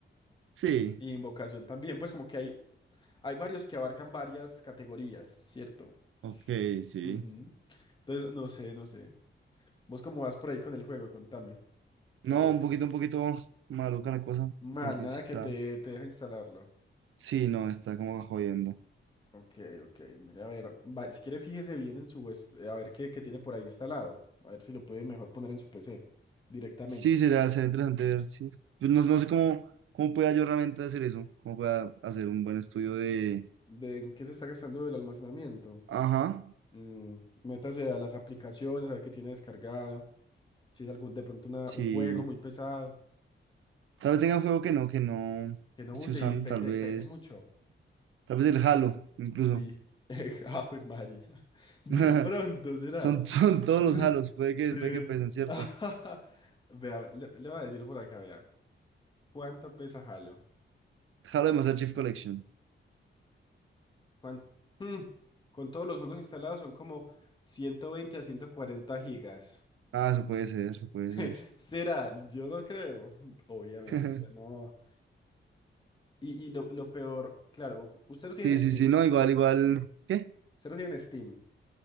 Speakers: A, on the right; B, on the left.
A: Sí,
B: Y invocación también, pues como que hay, hay varios que abarcan varias categorías, ¿cierto?
A: ok, sí.
B: Ujú. Entonces, no sé, no sé. ¿Vos cómo vas por ahí con el juego? Contame. Que
A: No, un poquito, un poquito maluca la cosa,
B: mal,
A: como que
B: nada
A: sí está...
B: que te, te deja instalarlo.
A: Sí, no, está como jodiendo.
B: Ok, ok. Mira, a ver, va- si quiere fíjese bien en su, es- eh, a ver qué, qué tiene por ahí instalado. A ver si lo puede mejor poner en su PC directamente.
A: Sí, será, será interesante ver si es- pues no, no sé cómo, cómo pueda yo realmente hacer eso, cómo pueda hacer un buen estudio de...
B: ¿De en qué se está gastando el almacenamiento?
A: Ajá,
B: Mm, métase a las aplicaciones, a ver qué tiene descargado. Si es algún, de pronto una-
A: sí.
B: un juego muy pesado.
A: Tal vez tenga un juego que no, que no
B: Que no
A: estoy
B: use
A: usando,
B: y pese,
A: tal vez,
B: pese mucho.
A: tal vez el Halo, incluso.
B: Sí. <laughs> Ave María. De
A: <laughs>
B: pronto será.
A: Son, son todos
B: De,
A: los Halos, puede
B: de...
A: que, puede que pesen, ¿cierto?
B: <laughs> Vea, le, le voy a decir por acá, vea. ¿Cuánto pesa Halo?
A: Halo de Master Chief Collection.
B: ¿Cuán- Mm, Con todos los juegos instalados son como 120 a 140 gigas.
A: Ah, eso puede ser, eso puede
B: <laughs>
A: ser.
B: ¿Será? Yo no creo. <laughs> Obviamente,
A: <laughs>
B: no. Y, y lo, lo peor, claro, usted lo tiene
A: Sí,
B: en
A: sí,
B: Steam.
A: sí, no, igual, igual. ¿Qué?
B: Usted lo tiene en Steam.